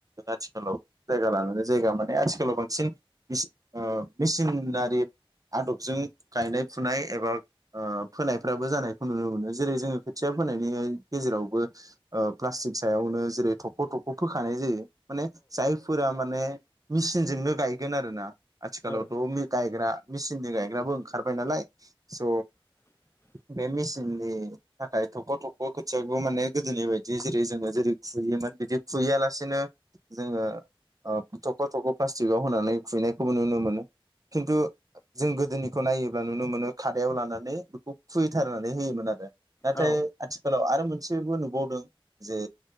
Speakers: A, on the right; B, on the left.
A: आथिखालाव जायगा लानानै जायगा माने आथिखालाव बांसिन मेचिन ओ मेचिनारि आदबजों गायनाय फुनाय एबा ओ फोनायफ्राबो जानायखौ नुनो मोनो जेरै जोङो खोथिया फोनायनिहाय गेजेरावबो ओ प्लास्टिक सायावनो जेरै थख' थ ख' फोखानाय जायो माने जायफोरा माने मेचिनजोंनो गायगोन आरोना। आथिखालावथ'
B: औ
A: गायग्रा मेचिननि गायग्राबो ओंखारबाय नालाय स'
B: <inaudible>
A: बे मिचिननि थाखाय थख' थख' खोथियाखोबो माने गोदोनि बायदि जेरै जोङो जेरै खुयोमोन बिदि फुयालासिनो जोङो ओ थख' थख' प्लास्टिकआव होनानै खुङैनायखौबो नुनो मोनो। खिन्थु जों गोदोनिखौ नायोब्ला नुनो मोनो खादायाव लानानै खौ खुयैथारनानै होयोमोन आरो नाथाय
B: औ
A: आथि ओनसोलाव आरो मोनसेबो नुबावदों जे